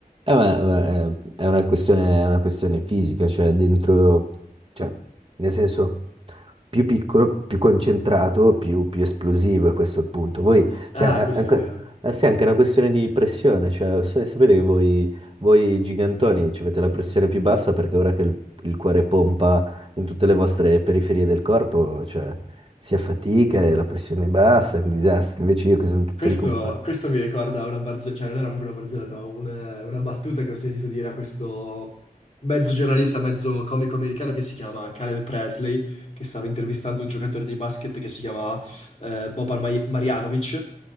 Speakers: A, on the right; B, on the left.
A: Eh, ma- ma, eh, è una questione, è una questione fisica, cioè dentro, cioè, nel senso, più piccolo, più concentrato, più, più esplosivo, e questo è il punto. Voi, cioè,
B: Ah,
A: è
B: questo
A: anche,
B: è vero.
A: eh sì, è anche una questione di pressione, cioè, sa- sapete che voi, voi gigantoni ci avete la pressione più bassa perché ora che il, il cuore pompa in tutte le vostre periferie del corpo, cioè, si affatica e la pressione è bassa, è un disastro. Invece io che sono tutto
B: Questo,
A: lì con
B: questo mi ricorda una barzelletta, cioè non era proprio una barzelletta, ma una, una battuta che ho sentito dire a questo mezzo giornalista, mezzo comico americano che si chiama Caleb Presley, che stava intervistando un giocatore di basket che si chiama eh, Boban Maj- Marjanovic.